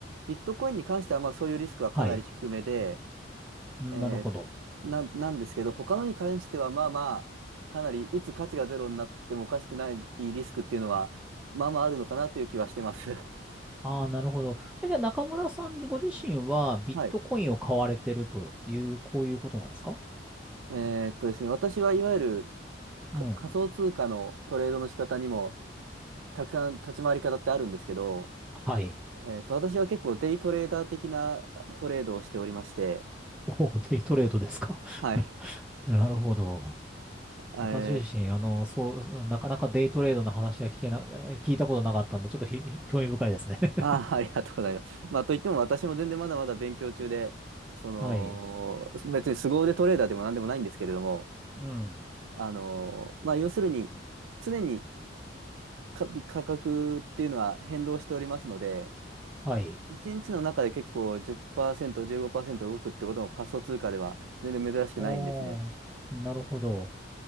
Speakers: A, on the right (about 85°); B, in the centre.
A: ビットコインに関してはまあそういうリスクはかなり低めで、
B: はい。うんなるほど。
A: えーな、なんですけど、他のに関してはまあまあ、かなりいつ価値がゼロになってもおかしくないリスクっていうのは、まあまああるのかなという気はしてます。<laughs>
B: ああ、なるほど。え、じゃあ中村さんご自身はビットコインを買われてるという、
A: はい。
B: こういうことなんですか
A: えーっとですね、私はいわゆるか仮想通貨のトレードの仕方にも
B: うん。
A: たくさん立ち回り方ってあるんですけど、
B: はい。
A: えーっと、私は結構デイトレーダー的なトレードをしておりまして、
B: おお、デイトレードですか。
A: はい。
B: <laughs> なるほど。
A: えー
B: 私自身、あの、そう、なかなかデイトレードの話は聞けな、<laughs> え聞いたことなかったんで、ちょっとひひ興味深いですね。<laughs>
A: あー、ありがとうございます。まあ、といっても私も全然まだまだ勉強中で、そ
B: はい。
A: の、別に凄腕トレーダーでも何でもないんですけれども、
B: うん。
A: あのまあ、要するに、常にか価格っていうのは変動しておりますので、
B: はい。
A: 一日の中で結構10%、15%動くってことも仮想通貨では全然珍しくないんですね。
B: おー、なるほど。